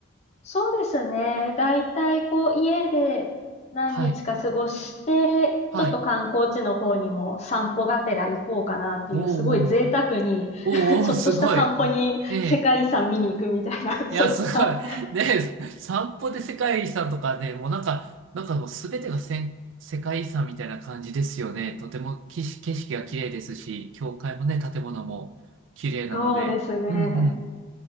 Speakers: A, on the left; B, on the right.
A: そうですね。だいたいこう家で何日か過ごして、
B: はい。はい。
A: ちょっと観光地の方にも散歩がてら行こうかなっていう、
B: おーおー、
A: すごい贅沢に
B: おーおー、
A: <laughs> ちょっとした散歩に世界遺産見に行くみたいな、
B: すごい。ええ
A: <laughs> そういった。
B: いや、すごい。ね、散歩で世界遺産とかね、もうなんか、なんかもうすべてがせん世界遺産みたいな感じですよね。とても景色、景色が綺麗ですし、教会もね、建物も綺麗なので。
A: そうですね。
B: うんうん。